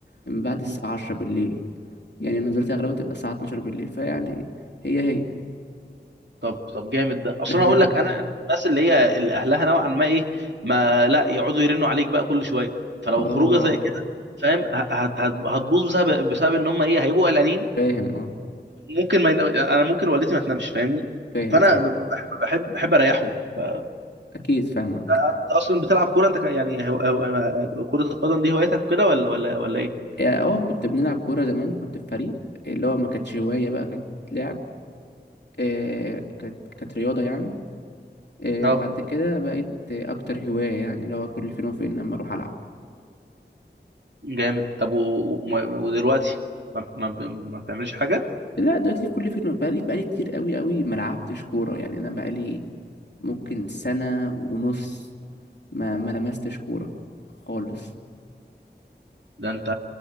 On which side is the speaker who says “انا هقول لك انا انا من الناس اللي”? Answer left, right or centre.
Right